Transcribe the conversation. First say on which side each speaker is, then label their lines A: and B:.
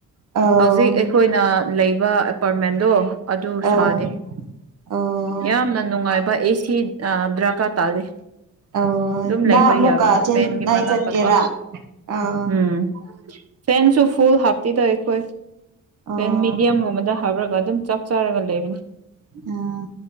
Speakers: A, on the right; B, on the right.
A: ꯑꯧ
B: ꯍꯧꯖꯤꯛ ꯑꯩꯈꯣꯏꯅ ꯂꯩꯕ ꯑꯦꯄꯥꯔꯠꯃꯦꯟꯗꯣ ꯑꯗꯨ
A: ꯑꯧ
B: ꯁꯥꯗꯦ꯫
A: ꯑꯧ
B: ꯌꯥꯝꯅ ꯅꯨꯡꯉꯥꯏꯕ ꯑꯦꯁꯤ ꯗꯔꯀꯥꯔ ꯇꯥꯥꯗꯦ꯫
A: ꯑꯧ
B: ꯑꯗꯨꯝ
A: ꯅꯪ
B: ꯂꯩꯕ
A: ꯑꯃꯨꯛꯀ
B: ꯌꯥꯕꯅꯦ
A: ꯆꯦꯟꯅꯥꯏ
B: ꯐꯦꯟ ꯃꯅꯥꯛꯇꯀꯣ
A: ꯆꯠꯀꯦꯔꯥ ꯑꯥ
B: ꯎꯝ ꯒꯦꯟꯁꯨ ꯨ ꯐꯨꯜ ꯍꯥꯞꯇꯤꯗ ꯑꯩꯈꯣꯏꯦꯟ
A: ꯑꯣ
B: ꯃꯤꯦꯗꯤꯌꯝꯒꯨꯝꯕꯗ ꯍꯥꯞꯔꯒ ꯑꯗꯨꯝ ꯆꯥꯔꯒ ꯂꯩꯕꯅꯤ
A: ꯎꯝ